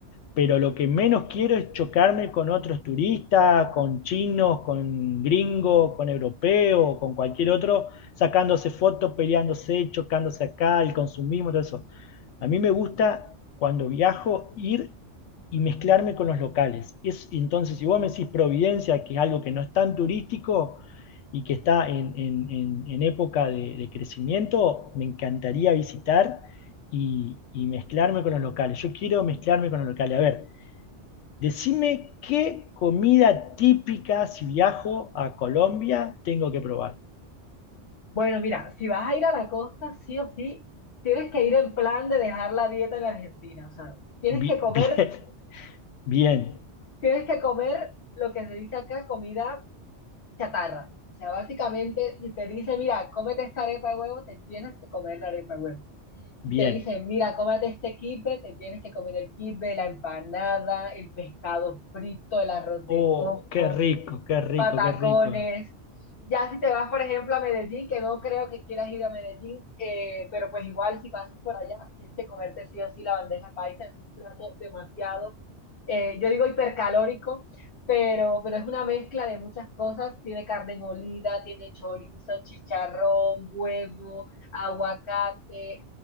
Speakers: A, on the left (about 80°); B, on the left (about 55°).
A: pero lo que menos quiero es chocarme con otros turistas, con chinos, con gringos, con europeos, con cualquier otro, sacándose fotos, peleándose, chocándose acá, el consumismo, todo eso. A mí me gusta cuando viajo ir y mezclarme con los locales. Es, entonces, si vos me decís Providencia, que es algo que no es tan turístico y que está en, en- en- en época de, de crecimiento, me encantaría visitar y, y mezclarme con los locales. Yo quiero mezclarme con los locales. A ver, decime qué comida típica, si viajo a Colombia, tengo que probar.
B: Bueno, mira, si vas a ir a la costa, sí o sí, tienes que ir en plan de dejar la dieta en Argentina. O sea, tienes
A: Bi-
B: que comer,
A: <laughs> bien, bien,
B: tienes que comer lo que se dice acá, comida chatarra. O sea, básicamente, si te dice, mira, cómete esta arepa de huevo, te tienes que comer la arepa de huevo.
A: bien.
B: Si te dicen, mira, cómate este kipe, te tienes que comer el kipe, la empanada, el pescado frito, el arroz
A: Oh,
B: de coco
A: qué rico, qué rico,
B: patacones.
A: qué rico,
B: Ya si te vas, por ejemplo, a Medellín, que no creo que quieras ir a Medellín, eh, pero pues igual si pasas por allá, tienes que comerte sí o sí la bandeja paisa, es un plato demasiado, eh, yo digo hipercalórico, pero, pero es una mezcla de muchas cosas, tiene carne molida, tiene chorizo, chicharrón, huevo, aguacate,